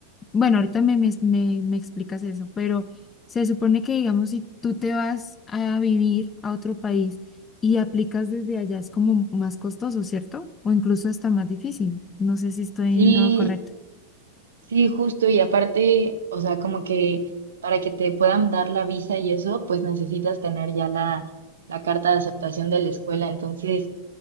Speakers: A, on the left (about 20°); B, on the right (about 65°).
A: bueno, ahorita me, me, me, me explicas eso, pero se supone que, digamos, si tú te vas a vivir a otro país y aplicas desde allá, es como más costoso, ¿cierto? O incluso hasta más difícil. No sé si estoy
B: Sí,
A: en lo correcto.
B: Sí, justo, y aparte, o sea, como que para que te puedan dar la visa y eso, pues necesitas tener ya la, la carta de aceptación de la escuela. Entonces,